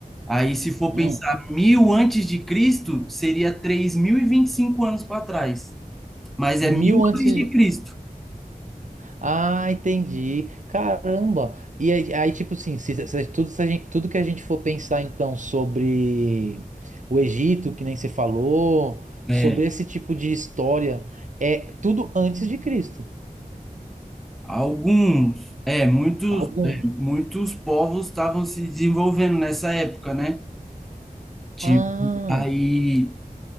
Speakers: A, in the centre; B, on the right.
A: aí se for
B: Hum,
A: pensar mil antes de Cristo, seria três mil e e vinte e cinco anos para trás. Mas
B: mil
A: é mil
B: antes.
A: antes de Cristo.
B: Ah, entendi. Caramba. E aí, aí, tipo assim, se, se- tudo, se a gente- tudo que a gente for pensar então sobre o Egito, que nem você falou,
A: É,
B: sobre esse tipo de história, é tudo antes de Cristo.
A: alguns, é, muitos,
B: Algum.
A: é, muitos povos estavam se desenvolvendo nessa época, né? Tipo,
B: Ah,
A: aí,